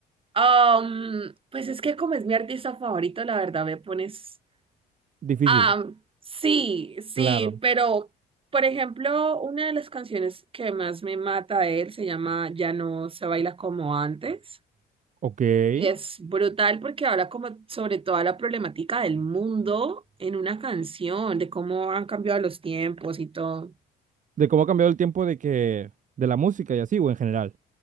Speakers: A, on the right; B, on the right.
A: am, pues es que como es mi artista favorito, la verdad me pones...
B: Difícil.
A: Ah, sí, sí,
B: Claro.
A: pero, por ejemplo, una de las canciones que más me mata de él se llama Ya no se baila como antes.
B: Ok. De
A: Y es brutal porque habla como sobre toda la problemática del mundo en una canción, de cómo han cambiado los tiempos y todo.
B: cómo ha cambiado el tiempo de que... De la música y así, o en general.